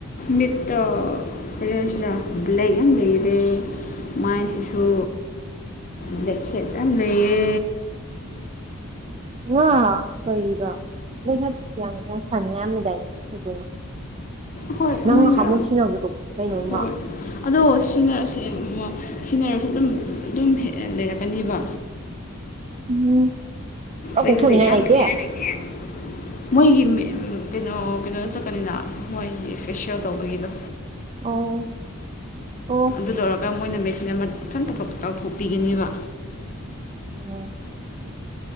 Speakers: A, on the left; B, on the right.
A: ꯃꯤꯠꯇ ꯄꯔꯤꯌꯖꯔ ꯂꯩꯦꯛ ꯌꯥꯝ ꯂꯩꯔꯦ ꯃꯥꯏꯁꯤꯁꯨ ꯕ꯭ꯂꯦꯛ ꯍꯦꯠ ꯌꯥꯝ ꯂꯩꯌꯦ
B: ꯋꯥ ꯀꯔꯣ ꯂꯩꯀꯥꯁꯤꯁꯨ ꯌꯥꯎꯅꯤ ꯌꯥꯝ ꯐꯅꯤ ꯌꯥꯝꯃꯤꯗꯥꯏ ꯀꯣꯏꯅꯣ
A: ꯍꯣꯏ
B: ꯅꯪ
A: ꯃꯣꯏꯅ
B: ꯅꯍꯥꯃꯨꯛ ꯁꯤꯟꯅꯕꯗꯣ ꯀꯩꯅꯣꯝꯃ
A: ꯍꯣꯏ ꯑꯗꯣ ꯁꯤꯖꯤꯟꯅꯔꯁꯦ ꯁꯤꯟꯅꯔꯁꯨ ꯑꯗꯨꯝ ꯑꯗꯨꯝ ꯍꯦꯛ ꯂꯩꯔꯛꯀꯅꯦꯕ
B: ꯎꯝ ꯑ
A: ꯑꯩ
B: ꯀꯣꯛꯊꯣꯛꯅꯤꯡꯉꯥꯢ
A: ꯍꯧꯖꯤꯛ ꯌꯥꯝ
B: ꯂꯩꯇꯦ
A: <inaudible> ꯃꯣꯏꯒꯤ ꯀꯩꯅꯣ ꯀꯩꯅꯣꯗ ꯆꯠꯀꯅꯤꯅ ꯃꯣꯏꯒꯤ ꯐꯦꯁꯤꯌꯦꯜ ꯇꯧꯕꯒꯤꯗꯣ
B: ꯑꯣ ꯑꯣ
A: ꯑꯗꯨ ꯇꯧꯔꯒ ꯃꯣꯏꯅ ꯃꯦꯆꯤꯟ ꯑꯃꯊꯟꯇ ꯇꯥꯎꯊꯣꯛꯄꯤꯒꯅꯦꯕ
B: ꯑꯣꯝ